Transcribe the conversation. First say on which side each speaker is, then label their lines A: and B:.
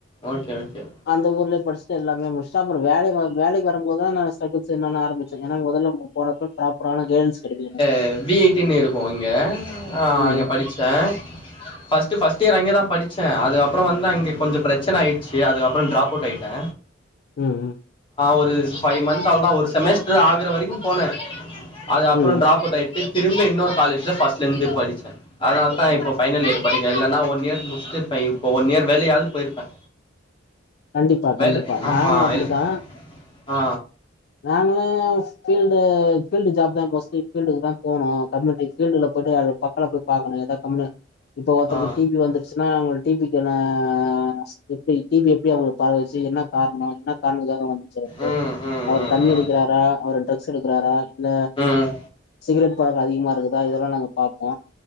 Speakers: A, on the left (about 25°); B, on the left (about 55°).
A: ஓகே ஓகே
B: அந்த ஊர்லே படிச்ட்டு எல்லாமே முஷ்டா அப்ர வேலை முதல் வேலைக்கு வரும்போதா நா ஸ்டகுல்ஸ் என்னன்னு ஆரம்பிச்சே ஏன்னா மொதல்லம்மு போனப்ப ப்ராப்பரான கைடன்ஸ் கெடைக்கல எனக்
A: எ பி ஐ டினு இருக்கு இங்க ஆ
B: ம்
A: அங்கே படிச்சே பஸ்ட் ட்டு ஃபஸ்ட் இயர் அங்கதா படிச்சே அது அப்றோ வந்து அங்கி கொஞ்சோ ப்ரச்சன ஆய்ச்சி அதுக்கப்றன் ட்ரா கோட் ஆய்ட்டே
B: ம் ம்
A: ஒரு பஃபைவ் மந்த்த் அவளதான் ஒரு செமஸ்டர் ஆகுற வரைக்கும் போனேன் அது அப்றோ
B: ம்
A: ட்ரா கோட் ஆயிட்டு திரும்பி இன்னொர் காலேஜல ஃபஸ்ல இருந்து படிச்சே அதனால தான் இப்போ பைனல் இய படிக்கன் இல்லன்னா ஒன் இர் முடிச்சட்டு இருப்பேன் இப்போ ஒன் இயர் வேலையாவது போயிருப்பேன்
B: கண்டிப்பா
A: வேலை
B: கண்டிப்பா
A: ஆமாம்
B: நாங்களு அப்படிதா
A: இல் ஆ
B: நாங்களா ஃபீல்டு ஃபீல்டு ஜாப் தா மோஸ்ட்லி ஃபீல்டுக்கு தா போனும் கம்யூட்டீ ஃபீல்டுல போய்ட்டு அது பக்கல போய் பாக்கணு எதா கம்முனு இப்ப ஒருத்தருக்கு
A: ஆ
B: டிவி வந்து ஸுனா டீபிக்குனா ஆஸ் எப்டி டிவி எப்டி அவங்களுக் பாரவச்சி என்ன கார்ணு என்ன காரணுக்காக வந்துச்சி அப்போ
A: ம் ம்
B: அவர்
A: ம்
B: தண்ணி
A: ம்
B: அடிக்கிறாரா அவர் ட்ரக் ஸு எடுக்குறாரா இல்ல
A: ம்
B: சிகரெட் பழக்க அதிகமா இருக்குதா இதெல்லா நாங்க பாப்போ